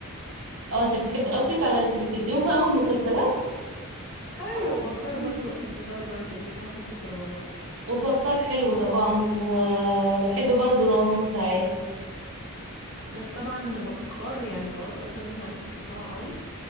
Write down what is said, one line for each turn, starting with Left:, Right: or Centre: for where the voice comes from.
Right: اه انت بتحب قصدك على التلفزيون بقى والمسلسلات
Left: ايوه
Right: اه طبعاً.
Left: بكار برضو وقت الفطار برضو بيحسسك برمضان
Right: وبكار حلو طبعا وبحب برضو رامز ساعات
Left: بس طبعا بكار يعني خلاص اصلا الناس ما عادتش بتسمعه قوي